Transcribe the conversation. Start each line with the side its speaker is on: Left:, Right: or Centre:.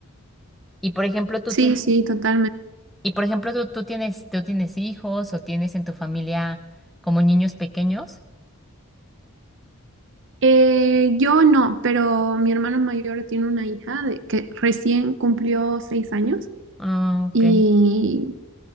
Centre: Y por ejemplo, tú
Right: Sí,
Centre: tienes
Right: sí, totalmente.
Centre: y por ejemplo, tú, tú tienes, tú tienes hijos o tienes en tu familia como niños pequeños.
Right: Eh, yo no, pero mi hermano mayor tiene una hija de, que recién cumplió seis años
Centre: Ah,
Right: y,
Centre: ok.